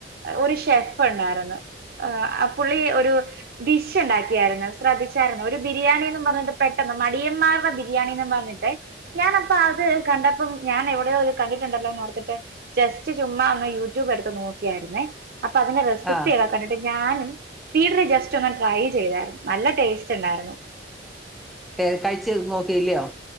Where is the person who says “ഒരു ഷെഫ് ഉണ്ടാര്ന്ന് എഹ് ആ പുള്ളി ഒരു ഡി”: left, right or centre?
Right